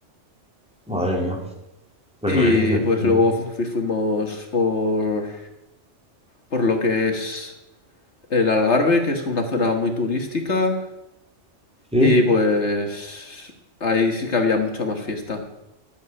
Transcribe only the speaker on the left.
Y
pues
luego
fu- fu- fuimos por, por lo que es el Algarve, que es una zona muy turística.
Y pues ahí sí que había mucha más fiesta.